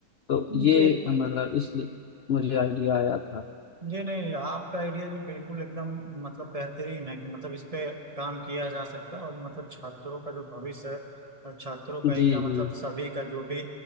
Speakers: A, on the left; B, on the right.
A: तो ये
B: जी
A: मतलब इसलिए मुझे आइडिया आया था
B: जी नहीं आपका आइडिया जी बिल्कुल एकदम मतलब बेहतरीन है कि मतलब इस पे काम किया जा सकता है और मतलब छात्रों का जो भविष्य है और छात्रों का
A: जी
B: ही क्या
A: जी
B: मतलब सभी का जो भी